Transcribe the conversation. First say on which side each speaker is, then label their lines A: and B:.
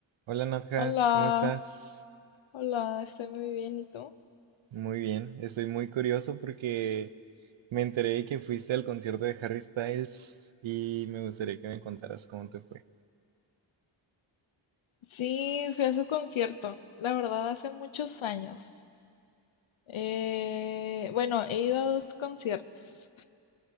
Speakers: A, on the right; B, on the left.
A: Hola Nadja,
B: Hola,
A: ¿cómo estás?
B: hola, estoy muy bien, ¿y tú?
A: Muy bien, estoy muy curioso porque me enteré de que fuiste al concierto de Harry Styles y me gustaría que me contaras cómo te fue.
B: Sí, fui a su concierto, la verdad, hace muchos años. Eh, bueno, he ido a dos conciertos,